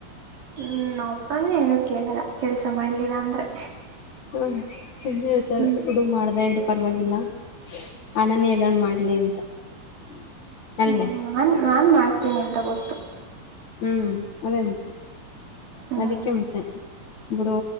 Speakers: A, on the right; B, on the left.
A: ಹ್ಮ್ ನಾವಪ್ಪ ಅಂದ್ರೆ ಏನು ಕೇಳಲ್ಲ ಕೆಲ್ಸ ಮಾಡ್ಲಿಲ್ಲ ಅಂದ್ರೆ
B: ಹಾ ಚುನ್ನನೆ ಇರ್ತ
A: ಹ್ಮ್
B: ಬಿಡು ಮಾಡದ ಇದ್ರರು ಪರವಾಗಿಲ್ಲ ಆನನ್ ಎದಡ್ ಮಾಡ್ಲಿ ಅಂತ ಅಲ್ವೇ
A: ಹ್ಮ್ ನಾನ್ ನಾನ್ ಮಾಡ್ತೀನಿ ಅಂತ ಗೊತ್ತು
B: ಹ್ಮ್ ಅದೇ ಮತ್ತೆ
A: ಹ್ಮ್
B: ಅದಕ್ಕೆ ಮತ್ತೆ ಬಿಡು